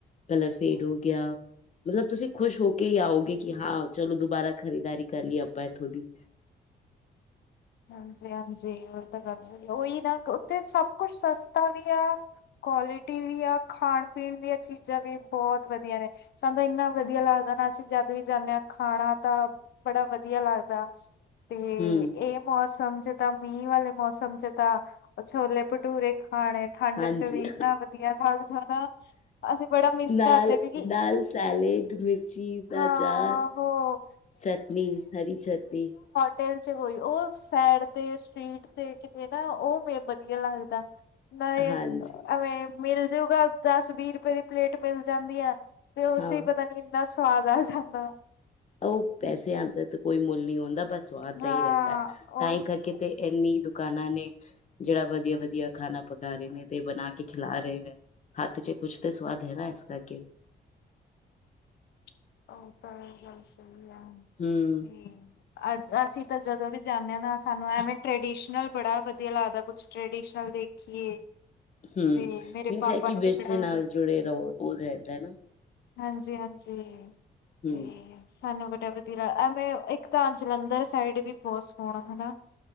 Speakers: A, on the left; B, on the left.
A: ਕਲਰਫ ਫੇਡ ਹੋ ਗਿਆ। ਮਤਲਬ ਤੁਸੀਂ ਖੁਸ਼ ਹੋ ਕੇ ਹੀ ਆਓਗੇ, ਕਿ ਹਾਂ ਚਲੋ ਦੁਬਾਰਾ ਖਰੀਦਦਾਰੀ ਕਰ ਲਈਏ ਆਪਾਂ ਇੱਥੋਂ ਦੀ।
B: ਹਾਂਜੀ ਹਾਂਜੀ ਹੋਰ ਤਾਂ ਗੱਲ ਸਹੀ। ਔਹੀ ਨਾ, ਉੱਥੇ ਸਭ ਕੁਛ ਸਸਤਾ ਵੀ ਆ ਕੁਆਲਿਟੀ ਵੀ ਆ ਖਾਣ ਪੀਣ ਦੀਆਂ ਚੀਜ਼ਾਂ ਵੀ ਬਹੁਤ ਵਧੀਆ ਨੇ। ਸਾਨੂੰ ਇੰਨਾ ਵਧੀਆ ਲੱਗਦਾ ਨਾ ਅਸੀਂ ਜਦ ਵੀ ਜਾਂਦੇ ਹਾਂ ਖਾਣਾ ਤਾਂ ਬੜਾ ਵਧੀਆ ਲੱਗਦਾ। ਤੇ
A: ਹੂੰ,
B: ਇਹ ਮੌਸਮ ਚ ਤਾਂ, ਮੀਂਹ ਵਾਲੇ ਮੌਸਮ ਚ ਤਾਂ, ਛੋਲੇ ਭਠੂਰੇ ਖਾਣੇ ਠੰਡ
A: ਹਾਂਜੀ
B: ਚ ਵੀ ਇੰਨਾ ਵਧੀਆ ਥਾਨਾ, ਅਸੀਂ ਬੜਾ ਮਿਸ
A: ਨਾਲ
B: ਕਰਦੇ ਹਾਂ ਕਿਉਂਕਿ
A: ਨਾਲ ਸੈਲੇਡ, ਮਿਰਚੀ ਦਾ
B: ਹਾਂ
A: ਅਚਾਰ,
B: ਹੋ
A: ਚਟਨੀ ਹਰੀ ਚਟਨੀ
B: ਪਟੇਲ ਚ ਹੋਈ, ਉਹ ਸੈਡ ਤੇ ਸਟ੍ਰਰੀਟ ਤੇ ਕਿਤੇ ਨਾ ਉਹ ਮੇ ਵਧੀਆ ਲੱਗਦਾ। ਨਹੀ,
A: ਹਾਂਜੀ।
B: ਐਵੇਂ ਮਿਲ ਜੂਗਾ ਦਸ ਵੀਹ ਰੁਪਏ ਦੀ ਪਲੇਟ ਮਿਲ ਜਾਂਦੀ ਹੈ। ਤੇ ਉਹ
A: ਹਾਂ,
B: ਚ ਹੀ ਪਤਾ ਨੀ ਇੰਨਾ ਸਵਾਦ ਆ ਜਾਂਦਾ।
A: ਉਹ-ਉਹ, ਪੈਸੇਆ ਦਾ ਤੇ ਕੋਈ ਮੁੱਲ ਨਹੀਂ ਆਉਂਦਾ। ਸਵਾਦ
B: ਹਾਂ
A: ਦਾ ਹੀ ਰਹਿੰਦਾ ਹੈ ਤਾਂ
B: ਉਹੀ
A: ਹੀ ਕਰਕੇ ਤੇ ਇੰਨੀ ਦੁ ਖਾਣਾ ਨੇ, ਜਿਹੜਾ ਵਧੀਆ-ਵਧੀਆ ਖਾਣਾ ਪਕਾ ਰਹੇ ਨੇ ਤੇ ਬਣਾ ਕੇ ਖਿਲਾ ਰਹੇ ਨੇ। ਹੱਥ ਚ ਕੁਛ ਤਾਂ ਸਵਾਦ ਹੈ ਨਾ ਇਸ ਕਰਕੇ।
B: <inaudible> ਹੁਣ ਤਾਂ ਏ ਗੱਲ ਸਹੀ ਆ,
A: ਹੂੰ,
B: ਤੇ ਅ ਅਸੀਂ ਤਾਂ ਜਦੋਂ ਵੀ ਜਾਂਨੇ ਆਂ ਨਾ, ਸਾਨੂੰ ਐਵੇਂ ਟ੍ਰਡੀਸ਼ਨਲ ਬੜਾ ਵਧੀਆ ਲੱਗਦਾ ਕੁਛ ਟ੍ਰਡੀਸ਼ਨਲ ਦੇਖੀਏ।
A: ਹੂ,
B: ਤੇ ਮੇਰੇ
A: ਮੀਨਸ
B: ਪਾਪਾ
A: ਹੈ ਕਿ ਵਿਰਸੇ
B: ਨੂੰ ਵੀ ਬੜਾ
A: ਨਾਲ
B: ਵਧੀਆ
A: ਜੁੜੇ ਰਹੋ ਉਹ ਰਹਿੰਦਾ ਹੈ।
B: ਹਾਂਜੀ ਹਾਂਜੀ,
A: ਹੂੰ।
B: ਤੇ ਸਾਨੂੰ ਵਡਾ ਵਧੀਆ, ਐਵੇਂ ਇੱਕ ਤਾਂ ਜਲੰਧਰ ਸਾਈਡ ਵੀ ਬਹੁਤ ਸੋਹਣਾ ਹੈਨਾ।